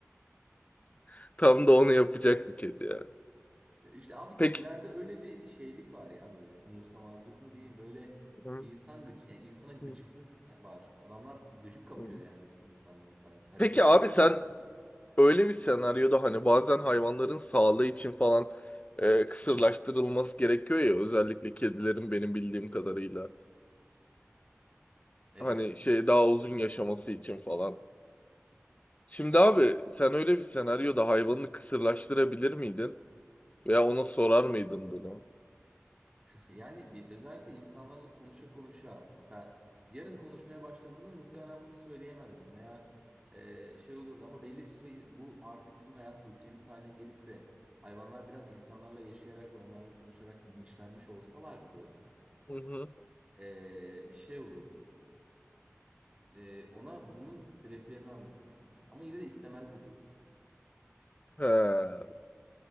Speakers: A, on the left (about 30°); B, on the right (about 20°).
A: <laughs> Tam da onu yapacak bir kedi ya.
B: <laughs> Ya işte abi
A: Peki.
B: kedilerde öyle bir şeylik var ya böyle umursamazlık mı diyeyim böyle
A: Hı,
B: insan gıcı yani insana gıcıklık
A: hı,
B: var. Adamlar gıcık kapıyor
A: hı.
B: yani insandan sanki. Hareketler
A: Peki abi
B: öyle
A: sen
B: görünüyor.
A: öyle bir senaryoda hani bazen hayvanların sağlığı için falan e, kısırlaştırılması gerekiyor ya özellikle kedilerin benim bildiğim kadarıyla.
B: Evet.
A: Hani şey daha uzun yaşaması için falan. Şimdi abi sen öyle bir senaryoda hayvanını kısırlaştırabilir miydin? Veya ona sorar mıydın bunu?
B: Yani bir, özellikle insanlarla konuşa konuşa mesela yarın konuşmaya başladığında muhtemelen bunu söyleyemezdim veya e, şey olurdu ama belli bir süre in- bu artık bizim hayat rutinimiz haline gelip de hayvanlar biraz insanlarla yaşayarak ve onlarla konuşarak bilinçlenmiş olsalardı
A: Hı hı.
B: e, şey olurdu. E, ona bunun sebeplerini anlatırdım. Ama yine de istemezdi gibi.
A: He,